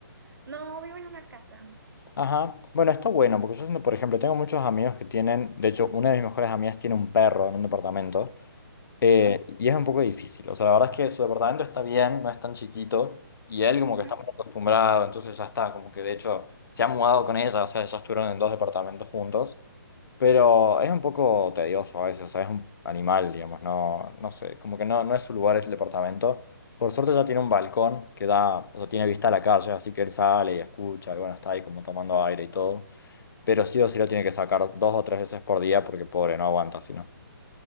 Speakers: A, on the right (about 70°); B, on the left (about 65°).
A: No, vivo en una casa.
B: Ajá. Bueno, está bueno, porque yo siento, por ejemplo, tengo muchos amigos que tienen, de hecho, una de mis mejores amigas tiene un perro en un departamento. Eh,
A: Ajá,
B: y es un poco difícil. O sea, la verdad es que su departamento está bien, no es tan chiquito. Y él como
A: ujú.
B: que está muy acostumbrado, entonces ya está, como que de hecho se ha mudado con ella, o sea, ya estuvieron en dos departamentos juntos. Pero es un poco tedioso a veces, o sea, es un animal, digamos, no, no sé, como que no, no es su lugar el departamento. Por suerte ya tiene un balcón que da, o sea, tiene vista a la calle, así que él sale y escucha, y bueno, está ahí como tomando aire y todo. Pero sí o sí lo tiene que sacar dos o tres veces por día porque pobre, no aguanta si